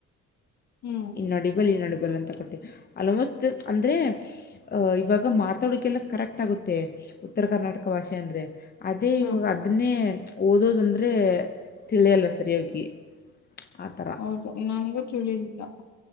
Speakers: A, on the left (about 65°); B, on the left (about 30°).
A: ಹ್ಮ್
B: ಇನ್ ಓಡಿಬಲ್ ಇನ್ ಓಡಿಬಲ್ ಅಂತ ಕೊಟ್ಟಿದ್ದೇನೆ ಆಲ್ಮೋಸ್ಟ್ ಅಂದ್ರೆ ಇವಾಗ ಇಗ ಮಾತಾಡಕೆಲ್ಲ ಕರೆಕ್ಟ್ ಆಗುತ್ತೆ ಉತ್ತರ ಕರ್ನಾಟಕ ಭಾಷೆ ಅಂದ್ರೆ, ಅದೇ
A: ಹಾ
B: ಇವಾಗ ಅದನ್ನೇ ಓದೋದಂದ್ರೆ ತಿಳಿಯಲ್ಲ ಸರಿಯಾಗಿ. <inaudible> ಥರ
A: ಹೌದಾ ನಂಗು ತಿಳಿಲಿಲ್ಲ.